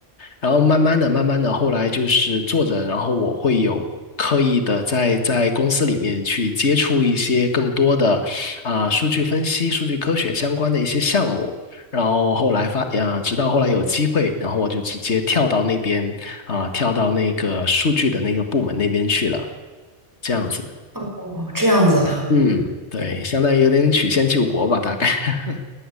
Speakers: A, on the left; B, on the right.
A: 然后慢慢的、慢慢的，后来就是做着，然后我会有刻意的在在公司里面去接触一些更多的啊、数据分析、数据科学相关的一些项目。然后后来发呀、直到后来有机会，然后我就直接跳到那边啊、跳到那个数据的那个部门那边去了，这样子。
B: 哦，这样子啊。
A: 嗯，对，相当于有点曲线救国吧，大概。<laughs>